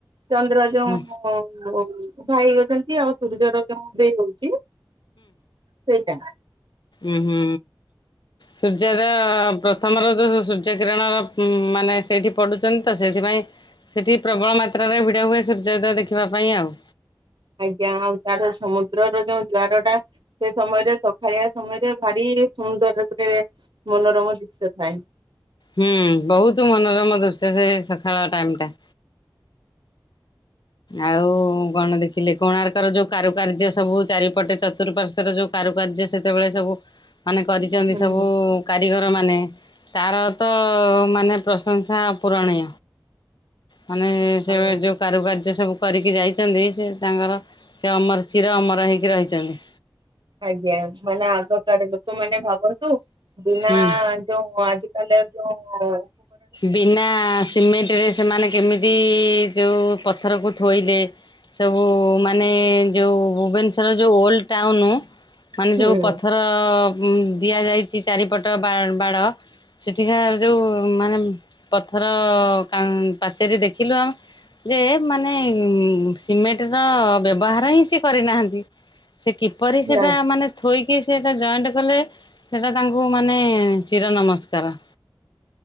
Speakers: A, on the right (about 70°); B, on the left (about 65°).
A: ଚନ୍ଦ୍ର ଯୋଉଁ
B: ହୁଁ
A: ଆଉ ଭାଇ ଅଛନ୍ତି ଆଉ ସୂର୍ଯ୍ୟର କେଉଁ ଉଦୟ ହୋଉଚି। ସେଇଟା
B: ଉଁ ହୁଁ ସୂର୍ଯ୍ୟୋଦୟ ପ୍ରଥମର ଯୋଉ ସୂର୍ଯ୍ୟ କିରଣର ମାନେ ସେଇଠି ପଡୁଚନ୍ତି ତ ସେଇଥିପାଇଁ ସେଠି ପ୍ରବଳ ମାତ୍ରାରେ ଭିଡ ହୁଏ ସୂର୍ଯ୍ୟୋଦୟ ଦେଖିବା ପାଇଁ ଆଉ।
A: ଆଜ୍ଞା ଆଉ ତାର ସମୁଦ୍ରର ଯୋଉ ଜୁଆରଟା ସେ ସମୟରେ ସଖାଳିଆ ସମୟରେ ଭାରି <unintelligible> କି ସୋନ୍ଦର୍ଯ୍ୟର ଗୋଟେ ମନୋରମ ଦୃଶ୍ୟ ଥାଏ।
B: ହୁଁ ବୋହୁତ ମନୋରମ ଦୃଶ୍ୟ ସେ ସଖାଳ ଟାଇମ୍ ଟା। ଆଉ କଣ ଦେଖିଲେ କୋଣାର୍କର ଯୋଉ କାରୁକାର୍ଯ୍ୟ ସବୁ ଚାରିପଟେ ଚତୁଃପାର୍ଶ୍ଵରେ ଯୋଉ କା କାରୁ କାର୍ଯ୍ୟ ସେତେବେଳେ ସବୁ ମାନେ କରିଚନ୍ତି
A: ହୁଁ
B: ସବୁ କାରିଗର ମାନେ ତାର ତ ମାନେ ପ୍ରଶଂସା ଅପୂରଣୀୟ। ମାନେ ସେ
A: ଆଉ
B: ବେ ଯୋଉ କାରୁକା ର୍ଯ୍ୟ ସେସବୁ କରିକି ଯାଇଚନ୍ତି ସେ ତାଙ୍କର ସେ ଅମର ଚିର ଅମର ହେଇକି ରହିଚନ୍ତି।
A: ଆଜ୍ଞା ମାନେ ଆଗ କାଳେ ଲୋକ ମାନେ ଭାବନ୍ତୁ ବିନା
B: ହୁଁ
A: ଯୋଉ ଆଜି ତାହେଲେ ଯୋଉଁ
B: ବିନା ସିମେଣ୍ଟ ରେ ସେମାନେ କେମିତି କି ଯୋଉ ପଥରକୁ ଥୋଇଲେ ସବୁ ମାନେ ଯୋଉ ଭୁବନେଶ୍ୱର ଯୋଉ ଓଲ୍ଡ ଟାଉନୁ ମାନେ
A: ହୁଁ
B: ଯୋଉ ପଥର ଉ ଦିଆଯାଇଚି ଚାରିପଟ ବା-ବାଡ ସେଠିକା ଯେଉଁ ମାନେ ଉଁ ପଥର କା ପାଚେରୀ ଦେଖିଲ ଯେ ମାନେ ସିମେଣ୍ଟ ର ବ୍ୟବହାର ହିଁ ସେ କରିନାହାନ୍ତି। ସେ କିପରି ସେଟା
A: ନା।
B: ମାନେ ଥୋଇକି ସେଟା ଜଏଣ୍ଟ କଲେ ସେଟା ତାଙ୍କୁ ମାନେ ଚିର ନମସ୍କାର।